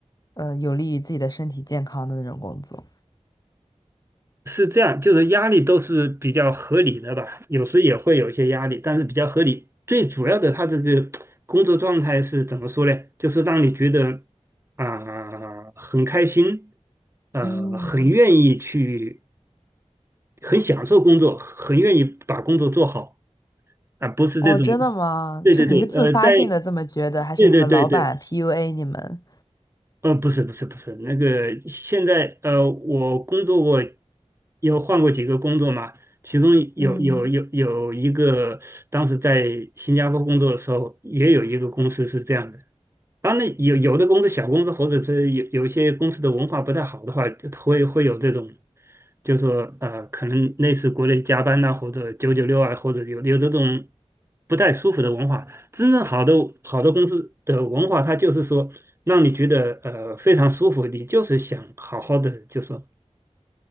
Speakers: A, on the left (about 30°); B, on the right (about 20°).
A: 呃有利于自己的身体健康的那种工作？
B: 是这样，就是压力都是比较合理的吧，有时也会有一些压力，但是比较合理。最主要的，他这个工作状态是怎么说呢？就是让你觉得啊、很开心，呃，
A: 嗯，
B: 很愿意去，很享受工作，很愿意把工作做好啊、不是这种，
A: 哦，真的吗？
B: 对对对，
A: 是你是自发性的这么觉得，
B: 呃，在。
A: 还是你们老板
B: 对对对对，
A: PUA 你们？
B: 呃，不是不是不是，那个现在呃，我工作过，有换过几个工作嘛，其中有有有有一个，
A: 嗯，
B: 当时在新加坡工作的时候，也有一个公司是这样的。当然有有的公司小公司或者是有有一些公司的文化不太好的话，会会有这种，就说呃，可能类似国内加班呐、或者九九六啊，或者有有这种不太舒服的文化。真正好的好的公司的文化，它就是说让你觉得呃非常舒服，你就是想好好的，就说